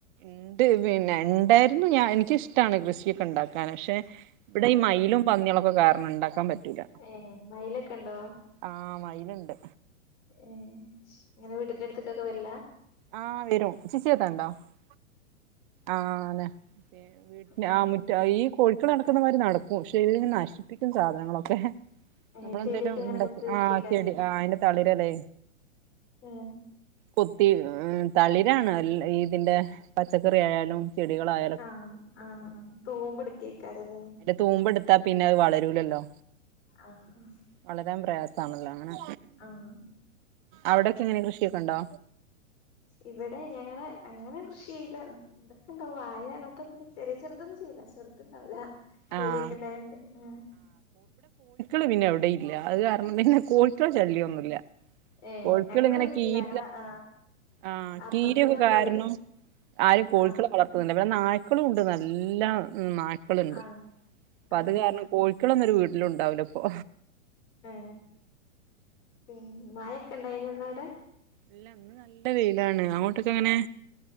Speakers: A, on the right; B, on the left.
A: ണ്ട് പിന്നെ ണ്ടായിര്ന്നു ഞാ എനിക്കിഷ്ടാണ് കൃഷിയൊക്കെ ണ്ടാക്കാന് പക്ഷെ ഇവിടെ
B: ഏഹ്
A: ഈ മയിലും പന്നികളൊക്കെ കാരണം ണ്ടാക്കാൻ പറ്റൂലാ
B: ഏ മയിലൊക്കെ ണ്ടോ
A: ആ മയില്ണ്ട്
B: ഏ ങ്ങനെ വീട്ടിന്റെ അട്ത്ത്ക്കൊക്കെ വെര്ലാ
A: ആ വരും <unintelligible> ആന്നെ പി വീട്ട്
B: ഏഹ്
A: ആഹ് മുറ്റ ഈ കോഴിക്കൾ നടക്കുന്ന മാതിരി നടക്കും <unintelligible> നശിപ്പിക്കും സാധനങ്ങളൊക്കെ
B: ഏഹ്
A: നമ്മളെന്തേലും
B: ചെടിയൊക്കെ ഇങ്ങനെ
A: ണ്ടാക്കി
B: കുത്തി വെക്കേക്കാരല്ലേ
A: ആഹ് ചെടി ആഹ് അയ്ന്റെ തളിരലെ
B: ഏ
A: കൊത്തി മ് തളിരാണ് ല് ഇതിന്റെ പച്ചക്കറി ആയാലും ചെടികളായ
B: ആ ആം തൂമ്പ് എട്ക്കെയ്ക്കാരം ലെ
A: തൂമ്പെട്‌ത്താ പിന്നെ അത് വളരൂലല്ലോ
B: ആഹ്
A: വളരാൻ പ്രയാസണല്ലോ അങ്ങനെ
B: ആഹ്
A: അവിടെക്കെ എങ്ങനെ കൃഷിക്കെ ണ്ടോ
B: ഇവിടെ ഞങ്ങള് അങ്ങനെ കൃഷി ചെയ്ല്ലാ തൊക്കെ ണ്ടാവും വാഴ അങ്ങൻത്തൊക്കെ ചെറിയെ ചെറ്തൊന്നും ചെയ്ല്ല ചെറുത്ണ്ടാവൂലാ കോഴി
A: ആഹ്
B: ഒക്കെ ണ്ടായോണ്ട് ആ
A: ള് പിന്നെ എവിടേം ഇല്ല അത് കാരണം പിന്നെ കോഴിക്കളെ ഷല്ലൃയൊന്നുല്ല
B: ഏഹ്
A: കൊഴിക്കൾ
B: ഞങ്ങളെ
A: ങ്ങനെ
B: വീട്ടിലില്ല
A: കീരി
B: ഞങ്ങളെ ആഹ്
A: ആ
B: അപ്പുറത്തുന്നൊക്കെ
A: കീരയൊക്കെ കാരണം
B: വരും
A: ആരും കോഴിക്കളെ
B: ആഹ്
A: വളർത്തുല്ല വ്ടെ നായ്ക്കളും ണ്ട് നല്ല ന ള്ണ്ട്
B: ആഹ്
A: അപ്പൊ
B: ആഹ്
A: അത് കാരണം കോഴിക്കളൊന്നരു വീട്ടിലും ണ്ടാവുല്ല പ്പൊ
B: ഏ പി മഴയോക്കെണ്ടായ്നോ ഇന്നാടെ
A: ഇല്ല ഇന്ന് നല്ല വെയിലാണ് അങ്ങോട്ടക്കെങ്ങനെ